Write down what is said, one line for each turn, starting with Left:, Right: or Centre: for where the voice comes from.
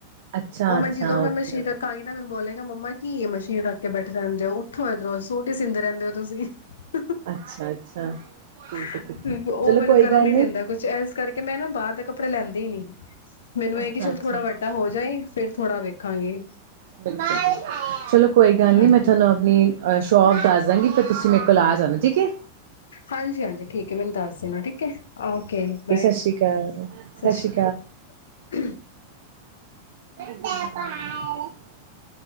Right: ਅੱਛਾ
Left: ਉਹ ਮੈਂ
Right: ਅੱਛਾ
Left: ਜਦੋਂ ਮੈਂ
Right: ਓਕੇ
Left: ਮਸ਼ੀਨ
Right: ਓਕੇ
Left: ਰੱਖਾਂਗੀ ਨਾ ਮੈਨੂੰ ਬੋਲੇਗਾ ਮੰਮਾ ਕੀ ਏ ਮਸ਼ੀਨ ਰੱਖ ਕੇ ਬੈਠੇ ਰਹਿੰਦੇ ਹੋ, ਉਠੋ ਇੱਧਰੋਂ ਸੂਟ ਈ ਸੀਂਦੇ ਰਹਿੰਦੇ ਔ। ਤੁਸੀਂ ਹ ਹ
Right: ਅੱਛਾ ਅੱਛਾ ਠੀਕ
Left: ਹ।
Right: ਹੈ ਠੀਕ ਹੈ
Left: ਉਹ
Right: ਚਲੋ
Left: ਮੈਨੂੰ
Right: ਕੋਈ
Left: ਕਰਨ
Right: ਗੱਲ
Left: ਨੀ ਦਿੰਦਾ ਕੁਛ ਇਸ ਕਰਕੇ ਮੈਂ ਨਾ ਬਾਹਰ ਦੇ ਕੱਪੜੇ ਲੈਂਦੀ ਨੀ। ਮੈਨੂੰ
Right: ਅੱਛਾ
Left: ਇਹ ਕਿ ਚੱਲ
Right: ਅੱਛਾ
Left: ਥੋੜਾ ਵੱਡਾ ਹੋ ਜਾਏ ਫੇਰ ਥੋੜਾ ਵੇਖਾਂਗੇ।
Right: ਬਿਲਕੁਲ ਚਲੋ ਕੋਈ ਗੱਲ
Left: ਹਾਂਜੀ
Right: ਨੀ, ਮੈਂ ਤੁਹਾਨੂੰ ਆਪਣੀ ਅ ਸ਼ੌਪ ਦੱਸ <inaudible> ਫਿਰ ਤੁਸੀਂ ਮੇਰੇ ਕੋਲ ਆ ਜਾਣਾ ਠੀਕ ਏ।
Left: ਹਾਂਜੀ ਹਾਂਜੀ ਠੀਕ ਹੈ ਮੈਨੂੰ ਦੱਸ ਦੇਣਾ ਠੀਕ ਹੈ। ਓਕੇ। ਬਾਏ,
Right: ਸ਼੍ਰੀ
Left: ਸਤਿ
Right: ਅਕਾਲ ਸ਼੍ਰੀ
Left: ਸ੍ਰੀ ਅਕਾਲ।
Right: <inaudible>